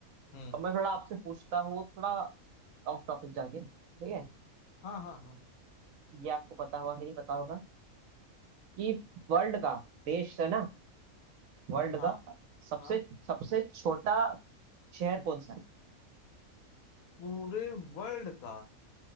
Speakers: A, on the left; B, on the right.
A: हम्म
B: अब मैं थोड़ा आपसे पूछता हूँ थोड़ा ऑफ टॉपिक जाके ठीक है
A: हाँ हाँ हाँ
B: ये आपको पता होगा कि नहीं पता होगा कि वर्ल्ड का देश है ना वर्ल्ड
A: हाँ
B: का सबसे
A: हाँ
B: सबसे छोटा शहर कौन सा है
A: पूरे वर्ल्ड का